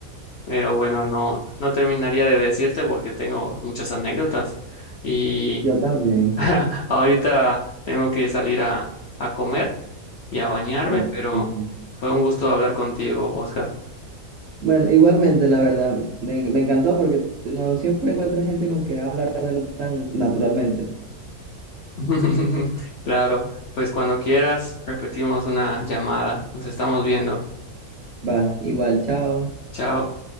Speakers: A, on the left; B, on the right.
A: Pero bueno, no, no terminaría de decirte porque tengo muchas anécdotas y
B: yo también.
A: <laughs> ahorita tengo que salir a, a comer y a bañarme,
B: Oh,
A: pero
B: qué triste.
A: fue un gusto hablar contigo, Oscar.
B: Bueno, igualmente, la verdad, me, me encantó porque no siempre encuentras gente con que hablar de lo tan naturalmente.
A: <laughs> Claro, pues cuando quieras repetimos una llamada. Nos estamos viendo.
B: Va, igual, chao.
A: Chao.